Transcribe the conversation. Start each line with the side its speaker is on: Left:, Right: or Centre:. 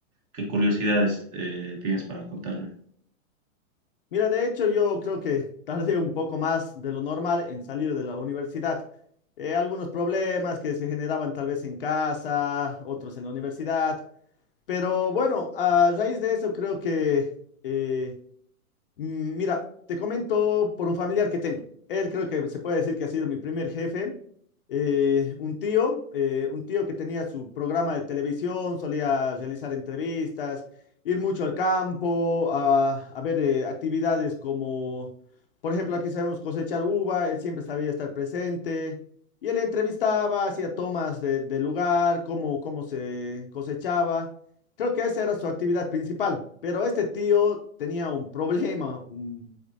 Right: ¿Qué curiosidades eh, tienes para contarme?
Left: Mira, de hecho yo creo que tardé un poco más de lo normal en salir de la universidad. Eh, algunos problemas que se generaban tal vez en casa, otros en la universidad. Pero bueno, a raíz de eso creo que eh, Mm, Mira, te comento por un familiar que tengo. Él creo que se puede decir que ha sido mi primer jefe. Eh, un tío, eh, un tío que tenía su programa de televisión, solía realizar entrevistas, ir mucho al campo, a, a ver eh, actividades como, por ejemplo, aquí sabemos cosechar uva, él siempre sabía estar presente. Y él entrevistaba, hacía tomas de, del lugar, cómo, cómo se cosechaba. Creo que esa era su actividad principal, pero este tío tenía un problema, un-